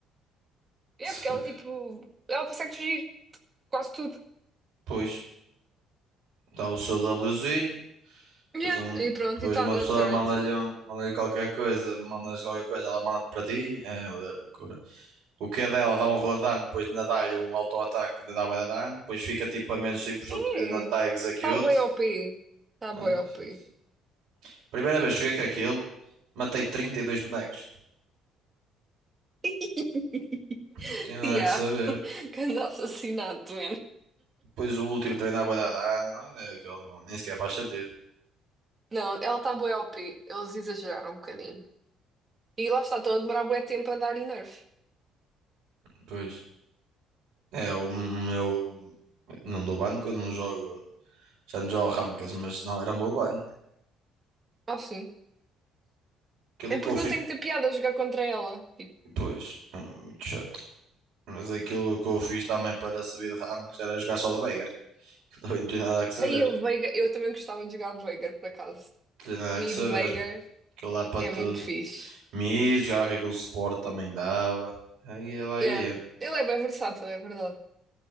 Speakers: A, on the right; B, on the right.
A: É
B: Se-
A: porque ela tipo. Ela consegue fugir quase tudo.
B: Pois, dá o seu Wzinho.
A: Yeah.
B: Depois, um,
A: E pronto,
B: depois
A: e está
B: uma
A: na
B: pessoa
A: turret.
B: manda-lhe um- manda-lhe qualquer coisa, mandas qualquer coisa, ela manda-te para ti. É loucura. O que é dela dá um rodano, depois ainda dá-lhe um auto-ataque de dar bué de dano, depois fica tipo a menos cinco por cento
A: É,
B: de vida na tag execute.
A: tá bem O P tá
B: Ai,
A: bem OP.
B: Jesus. Primeira vez que joguei com aquilo, matei 32 bonecos.
A: <laughs>
B: Não tinha nada
A: Yeah,
B: que saber.
A: grande assassinato, man.
B: Depois o último também dá bué de dano, é, É, aquilo não- nem sequer faz sentido.
A: Não, ela tá bem O P eles exageraram um bocadinho. E lá está, estão a demorar bué tempo a dar-lhe nerf.
B: Pois. É o meu. Não dou ban quando não jogo. Já não jogo rankings, mas não era o meu ban.
A: Ah, sim.
B: Aquilo
A: É
B: que
A: porque
B: eu fiz.
A: não tem muita piada jogar contra ela. Tipo,
B: Pois, hum, muito chato. Mas aquilo que eu fiz também para subir de ranks era jogar só de Veigar. Que também não tinha nada a que saber.
A: aí o Veigar, eu também gostava de jogar de Veigar, por acaso.
B: Não tinha nada
A: Mid
B: a que saber.
A: Veigar
B: Aquilo dá para
A: é
B: tudo.
A: muito fixe.
B: Mid, jogava que aquele suporte também dava. Aí ia lá
A: Yeah.
B: ia eu.
A: Ele é bem versátil, é verdade.